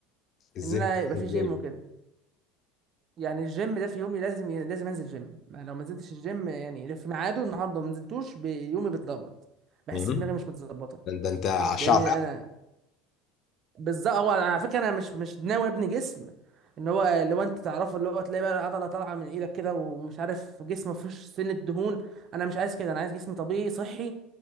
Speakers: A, on the left; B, on the right.
A: ازاي
B: ان انا يبقى
A: ازاي
B: في جيم وكده يعني الجيم ده في يومي لازم لازم انزل جيم ما لو ما نزلتش الجيم يعني في ميعاده النهارده وما نزلتوش بي- يومي بيتلخبط بحس
A: مم.
B: دماغي مش متظبطه
A: ده انت ده انت عشان
B: لان انا بالظبط هو أنا- على فكره انا مش مش ناوي ابني جسم ان هو اللي هو انت تعرفه اللي هو تلاقي بقى العضله طالعه من ايدك كده ومش عارف جسم ما فيهوش سنه دهون انا مش عايز كده انا عايز جسم طبيعي صحي